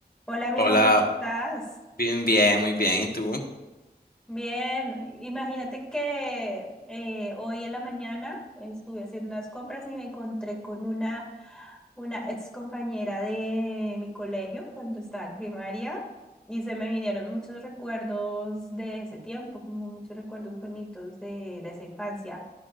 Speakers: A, in the centre; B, on the left.
A: Hola amigo,
B: Hola,
A: ¿cómo estás?
B: bien, bien, muy bien. ¿Y tú?
A: Bien, imagínate que eh, hoy en la mañana estuve haciendo unas compras y me encontré con una, una ex compañera de mi colegio cuando estaba en primaria y se me vinieron muchos recuerdos de ese tiempo, como muchos recuerdos bonitos de, de esa infancia.